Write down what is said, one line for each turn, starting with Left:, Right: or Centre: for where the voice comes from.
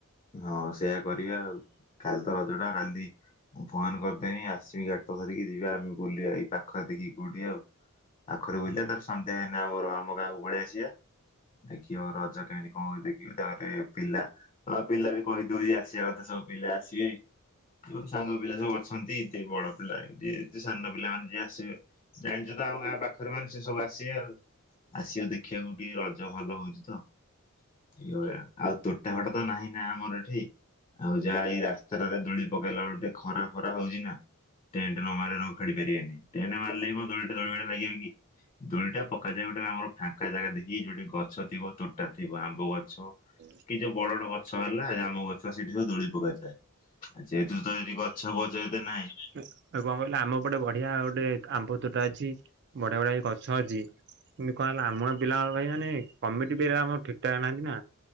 Left: ହଁ ସେଇଆ କର ଆଉ ଖାଲି ତ ରଜ ଟା କାଲି ମୁଁ ଫୋନ୍ କରିଦେମି ଆସିବି ଗାଡ୍ ଟା ଧରିକି ଯିବା ଆମେ ବୁଲିବା ଏଇ ପାଖରେ ଦେଖିକି କୋଉଠି ଆଉ। ପାଖରେ ବୁଲିଆ
Right: ହଁ ଭାଇ
Left: ତାରେ ସନ୍ଧ୍ୟା ହେନେ ଆମର ଆମ ଗାଁକୁ ପଳେ ଆସିଆ। ଦେଖିବ ରଜ କେମିତି କଁ <unintelligible> ଦେଖିବ ତାରେ ପିଲା ହଁ ପିଲା ବି କହି ଦଉଚି ଆସିବା କଥା ସବୁ ପିଲା ଆସିଏ। ମୋ ସାଙ୍ଗ ପିଲା ସବୁ ଅଛନ୍ତି ଯେ ବଡ ପିଲା ଯେ ସାନ ପିଲାମାନେ ଯିଏ ଆସିବେ। ଜାଣିଛୁ ତ ଆମ ଗାଁ ପାଖରେ ମାନେ ସେ ସବୁ ଆସିବେ ଆଉ। ଆସିଅ ଦେଖିଆକୁ ଟିକେ ରଜ ଭଲ ହଉଚି ତ ଇଏ ଭଳିଆ ଆଉ ତୋଟା ଫଟା ତ ନାହିଁ ନା ଆମର ଏଠି। ଆଉ ଯାହା ଏଇ ରାସ୍ତାଟାରେ ଦୋଳି ପକେଇଲା ଆଳୁ ଟିକେ ଖରା ଫରା ହଉଚି ନା। ଟେଣ୍ଟ ନ ମାରିଲେ ଲୋ ଖେଳି ପାରିଏନି ଟେଣ୍ଟ ମାରିଲେ କଣ ଦୋଳି ଟା ଦୋଳି ଭଳିଆ ଲାଗିବ କି? ଦୋଳିଟା ପକାଯାଏ ଗୋଟେ ଆମର ଫାଙ୍କା ଜାଗା ଦେଖିକି ଯୋଉଠି ଗଛ ଥିବ ତୋଟା ଥିବ ଆମ୍ବ ଗଛ
Right: ହୁଁ।
Left: କି ଯୋଉ ବଡ ଗଡ ଗଛ ହେଲା ଜାମୁ ଗଛ ସେଠି ସବୁ ଦୋଳି ପକାଯାଏ। ଆ ଯେହେତୁ ତ ଏଠି ଗଛ ପଛ ଏତେ ନାଇଁ
Right: ଏ ଆଉ କଁ କହିଲ ଆମ ପଟେ ବଢିଆ ଗୋଟେ ଆମ୍ବ ତୋଟା ଅଛି ବଢିଆ ବଢିଆ ବି ଗଛ ଅଛି <unintelligible> କଁ ହେଲା ଆମ ଗାଁ ପିଲା ଭାଇ ମାନେ କମିଟି ପିଲା ଆମ ଠିକ୍ ଠାକ୍ ନାହାନ୍ତି ନା।